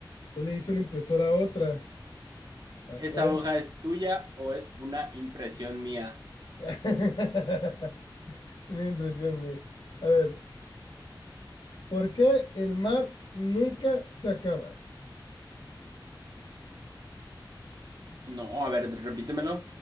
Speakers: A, on the left; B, on the right.
A: ¿qué le dice una impresora a otra? Ah,
B: ¿Esa
A: caray.
B: hoja es tuya o es una impresión mía?
A: <laughs> Mi impresión, mía. A ver, ¿por qué el mar nunca se acaba?
B: No, a ver, repítemelo.